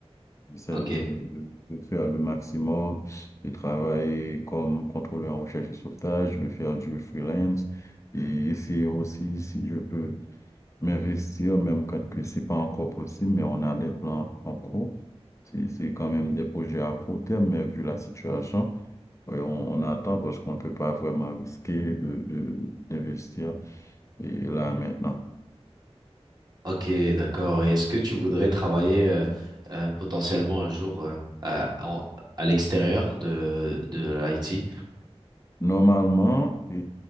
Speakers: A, on the left; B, on the right.
A: c'est
B: Ok,
A: de, de- de faire le maximum, de travailler comme contrôleur en recherche et sauvetage, de faire du freelance. Et essayer aussi, si je peux m'investir, même quand que c'est pas encore possible, mais on a des plans en cours. C'est, c'est quand même des projets à court terme, mais vu la situation, ouais, on, on attend parce qu'on ne peut pas vraiment risquer de, de- d'investir et là maintenant.
B: ok, d'accord. Et est-ce que tu voudrais travailler euh, euh, potentiellement un jour euh, à, en- à l'extérieur de, de l'IT?
A: Normalement, et,